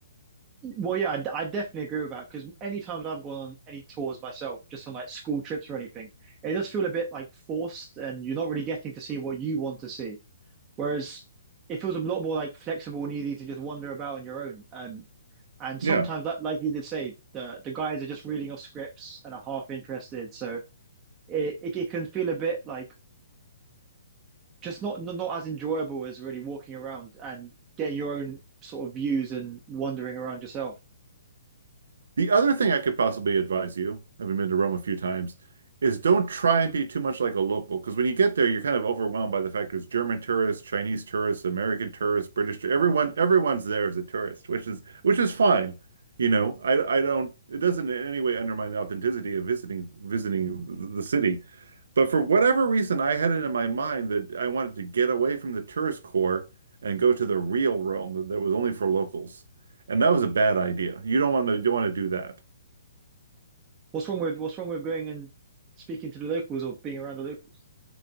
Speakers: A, on the right; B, on the right.
A: Well, yeah, I, I definitely agree with that because any times I've gone on any tours myself, just on like school trips or anything, it does feel a bit like forced and you're not really getting to see what you want to see. Whereas it feels a lot more like flexible and easy to just wander about on your own. Um, and sometimes
B: Yeah.
A: that, like you did say, the the guys are just reading off scripts and are half interested. So it, it, it can feel a bit like just not not as enjoyable as really walking around and getting your own sort of views and wandering around yourself.
B: The other thing I could possibly advise you, having been to Rome a few times, is don't try and be too much like a local. Because when you get there, you're kind of overwhelmed by the fact there's German tourists, Chinese tourists, American tourists, British tourists. Everyone, everyone's there as a tourist, which is which is fine. You know, I I don't. It doesn't in any way undermine the authenticity of visiting visiting the city. But for whatever reason, I had it in my mind that I wanted to get away from the tourist core and go to the real Rome that, that was only for locals. And that was a bad idea. You don't want to, you don't want to do that.
A: What's wrong with what's wrong with going and speaking to the locals or being around the locals?